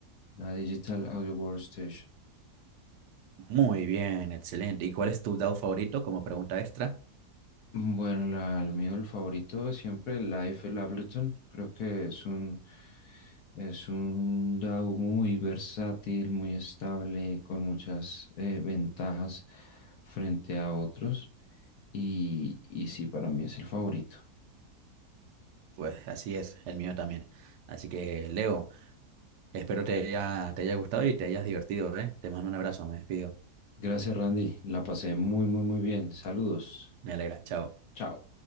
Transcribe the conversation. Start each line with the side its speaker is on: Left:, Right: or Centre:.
Left: la Digital Audio Workstation.
Right: Muy bien, excelente. ¿Y cuál es tu DAW favorito como pregunta extra?
Left: Bueno, la, el mío, el favorito es siempre, el Live el Ableton. Creo que es un, es un DAW muy versátil, muy estable, con muchas eh, ventajas frente a otros. Y, y sí, para mí es el favorito.
Right: Pues así es, el mío también. Así que, Leo, espero te haya, te haya gustado y te hayas divertido, ¿eh? Te mando un abrazo, me despido.
Left: Gracias, Randy. La pasé muy, muy, muy bien. Saludos.
Right: Me alegra, chao.
Left: Chao.